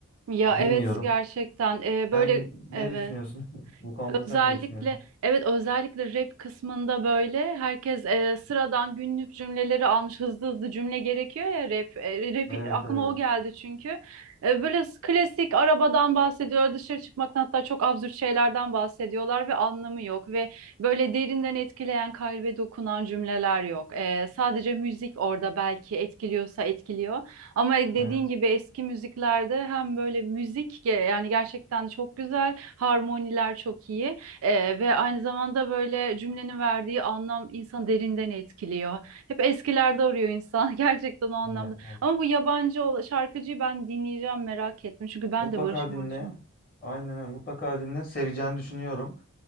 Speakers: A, on the right (about 80°); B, on the left (about 40°).
A: Ya
B: Bilmiyorum.
A: evet gerçekten Ee,
B: Sen
A: böyle
B: ne
A: evet.
B: düşünüyorsun? <laughs> Bu konuda
A: Özellikle
B: sen ne düşünüyorsun?
A: evet özellikle rap kısmında böyle herkes e, sıradan günlük cümleleri almış hızlı hızlı cümle gerekiyor ya rap. E, rap
B: Evet
A: aklıma
B: evet.
A: o geldi çünkü. E, böyle s- klasik arabadan bahsediyor, dışarı çıkmaktan hatta çok absürt şeylerden bahsediyorlar ve anlamı yok ve böyle derinden etkileyen, kalbe dokunan cümleler yok. E, sadece müzik orada belki etkiliyorsa etkiliyor. Ama dediğin
B: Evet,
A: gibi eski müziklerde hem böyle müzik ge- yani gerçekten çok güzel, harmoniler çok iyi Ee, ve aynı zamanda böyle cümlenin verdiği anlam insanı derinden etkiliyor. Hep eskilerde arıyor insan <laughs> gerçekten o anlamda.
B: evet, evet.
A: Ama bu yabancı ol- şarkıcıyı ben dinleyeceğim merak ettim çünkü ben
B: Mutlaka
A: de Barış Manço'yum.
B: dinle. Aynen öyle. mutlaka dinle. Seveceğini düşünüyorum.